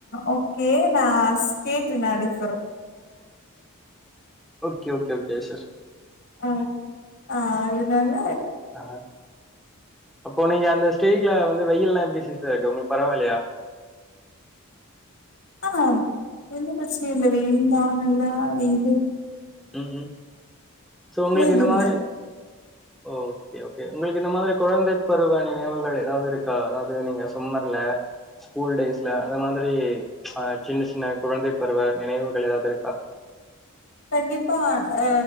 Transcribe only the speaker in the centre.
okay okay okay sir
ஆ அப்போ நீங்க அந்த ஸ்டேட்ல வந்து வெய்யல்லா எப்டி சிஸ்ட்ட இருக்கு உங்ளுக்கு பரவால்லையா
ம் ம் சோ உங்ளுக்
இந்த மாரி
ஓ கே ஓகே உங்களுக்கு இந்த மாதுரி குழந்தை பருவ நினைவுகள் ஏதாவ்து இருக்கா அதாவ்து நீங்க சும்மர்ல ஸ்கூல் டேஸ்ல அந்த மாதுரி அ சின்ன சின்ன குழந்தை பருவ நினைவுகள் ஏதாவ்து இருக்கா